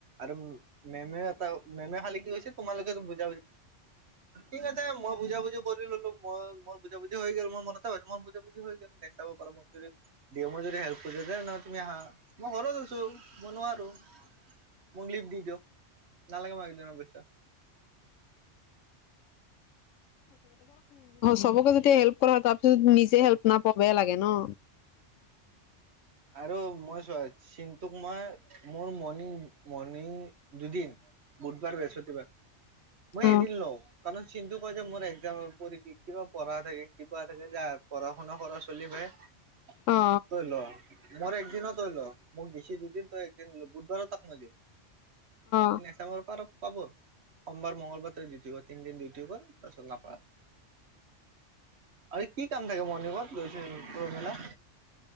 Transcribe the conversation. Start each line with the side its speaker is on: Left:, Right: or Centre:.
Right: আৰু মেমে এটা মেমে খালী কি গৈছে তোমালোকে বুজাবুজি ঠিক আছে মই বুজাবুজি ললো মই মোৰ বুজাবি হৈ গল মই মনতে হৈছে মোৰ বুজাবুজি হৈ গ'ল চাব পাৰো মোক যদি দি মই যদি হেল্প কৰি যে ন তুমি আহা মই ঘৰত আছো মই নোৱাৰো মোক লিপ দি দো <unintelligible> নালাগে মালিকজনৰ পইচা।
Left: চবকে যদি হেল্প কৰা হয় তাৰ পাছত নিজে হেল্প নাপাওঁ বেয়া লাগে ন। <inaudible>
Right: আৰু মই চোৱা চিন্তুক মই মোৰ মনি মৰ্ণিং দুদিন বুধবাৰ বৃহস্পতিবাৰ মই
Left: অ
Right: এদিন লও কাৰণ চিন্তু কয় যে মোৰ একজাম কিবা পঢ়া থাকে কিবা থাকে যে পঢ়া শুনা কৰা চলি ভাই তৈ
Left: অ
Right: লো <unintelligible> তই একদিনও তয় লো মোক দিছি দুদিন তই একদিনল বুধবাৰ তাক মাই দিও
Left: অ
Right: <unintelligible> পৰা পাব <unintelligible> সোমবাৰ মঙ্লবাৰ ত ডিউটি কৰ তিনদিন ডিউটি কৰ তাৰপিছত নাপা। আৰু কি কাম থাকে মৰ্ণিকত পুৰ মেলা।